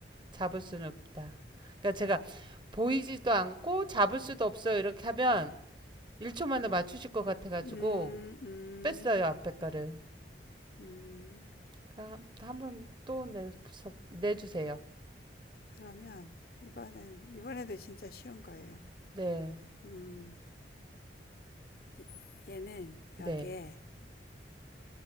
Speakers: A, on the right; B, on the left.
A: 잡을 수는 없다. 그러니까 제가 보이지도 않고 잡을 수도 없어요. 이렇게 하면 1초 만에 맞추실 것 같아가지고
B: 음, 음,
A: 뺐어요 앞에 거를.
B: 음.
A: 그럼 한번 또 내, 내주세요.
B: 그러면 이번엔, 이번에도 진짜 쉬운 거예요.
A: 네,
B: 음, 이- 얘는
A: 네,
B: 여기에